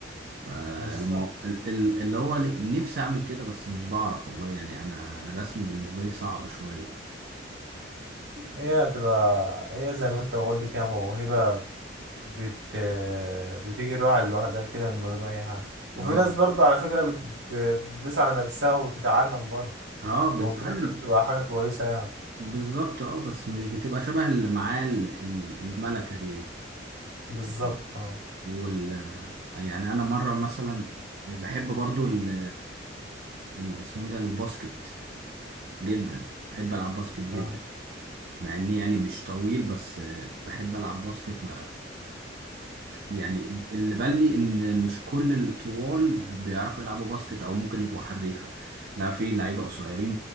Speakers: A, on the right; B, on the right.
A: فالمو...
B: بالظبط
A: ال- ال- اللي هو ل- نفسي اعمل كده بس مش بعرف والله يعني انا الرسم بالنسبه لي صعب شويه
B: هي هتبقى هي زي ما انت قلت كده موهبه بت... بتيجي الواحد لوحدها كده من غير اي حاجه وفي
A: اه
B: ناس برضو على فكره بت... بتدوس على نفسها وتتعلم برضو
A: اه بتتعلم
B: وفي الاخر بتبقى حاجه كويسه يعني
A: بالظبط اه بس مش بتبقى شبه اللي معاه ال- ال- الملكه دي يعني
B: بالظبط
A: اه
B: اه
A: وال يعني انا مره مثلا بحب برضو ال ال- اسمه إيه ده الباسكت جدا بحب العب باسكت جدا
B: اه
A: مع اني يعني مش طويل بس آه، بحب العب باسكت يعني اللي بان لي ان مش كل الطوال بيعرفوا يلعبوا باسكت او ممكن يبقوا حريفه لا في لعيبه قصيرين